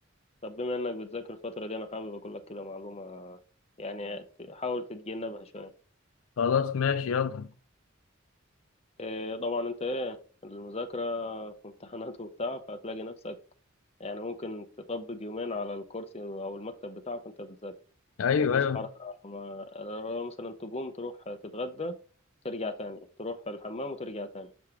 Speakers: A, on the left; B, on the left.
A: طب بما انك بتذاكر الفتره دي انا حابب اقول لك كده معلومه يعني ت- حاول تتجنبها شويه
B: خلاص ماشي يلا
A: إيه طبعا انت ايه المذاكره في امتحانات وبتاع فهتلاقي نفسك يعني ممكن تطبق يومين على الكرسي او المكتب بتاعك وانت بتذاكر
B: ايوه
A: مفيش
B: ايوه
A: حركه ما لو مثلا تقوم تروح تتغدى ترجع تاني تروح الحمام وترجع تاني